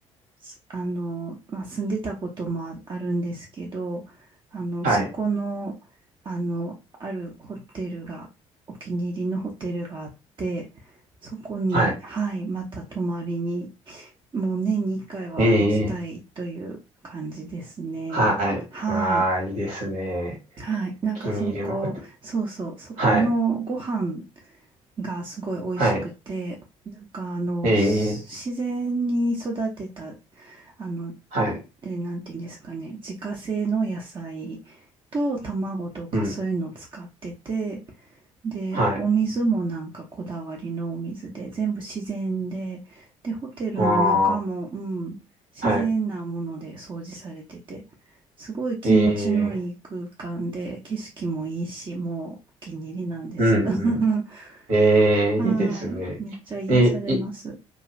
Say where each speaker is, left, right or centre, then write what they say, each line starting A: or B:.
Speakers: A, on the right (about 30°); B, on the right (about 55°).
A: すあの、まあ、住んでたこともああるんですけど、あの、
B: はい。
A: そこの、あの、あるホテルが、お気に入りのホテルがあって、そこに、
B: はい。
A: はい、また泊まりに、もう年に1回は行きたいという感じですね。
B: ええはい。
A: はい。
B: ああ、いいですね。
A: はい。なんかそこ、
B: お気に入りのホテル。
A: そうそう、そこのご飯
B: はい。
A: がすごい美味しくて、
B: はい。
A: なんかあの、
B: ええ、
A: す自然に育てた、あの、
B: はい。
A: えーなんていうんですかね、自家製の野菜と卵とかそういうのを使ってて、
B: うん。
A: で、
B: はい。
A: お水もなんかこだわりのお水で、全部自然で、で、ホテルの中も、
B: ああ、
A: うん、自然なもので掃除されてて、
B: は
A: すごい気持ちのいい空間で、
B: い。ええ、
A: 景色もいいし、もうお気に入りなんです。
B: うん、う
A: <laughs>
B: ん。え
A: はい。
B: え、いいですね。
A: めっちゃ癒されます。
B: え、い、